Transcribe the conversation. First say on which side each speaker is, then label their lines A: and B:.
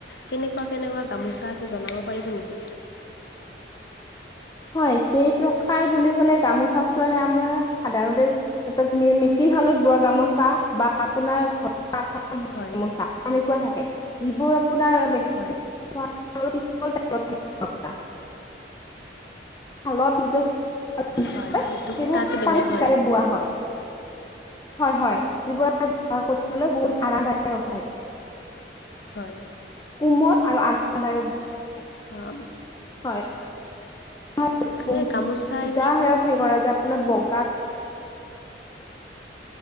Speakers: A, on the left (about 65°); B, on the left (about 20°).
A: কেনেকুৱা, কেনেকুৱা গামোচা আছে জনাব পাৰিব নেকি?
B: হয় কেই প্ৰকাৰ বুলি ক'লে গামোচা চোৱৰে আমাৰ সাধাৰণতে মেচিন শালত বোৱা গামোচা বা আপোনাৰ ঘৰ তাত
A: হয়
B: গামোচা তেনেকুৱা থাকে যিবোৰ আপোনাৰে
A: হয়
B: শালত নিজৰ সেইবোৰ
A: হয় সেইটো সূতাটো
B: কপাহী
A: বেলেগ
B: সুতাৰে
A: হয় চাগে
B: বোৱা হয়। হয়, হয় যিবোৰ আমাৰ বৱহাৰ কৰিবলৈ বহুত আৰামদায়ক হয়।
A: হয়।
B: কোমল আৰু আৰামদায়ক।
A: অ'
B: হয় আৰ
A: মানে গামোচা
B: দুটা
A: এনে
B: সেত <unintelligible> হে কৰা যে আপোনাৰ বগাত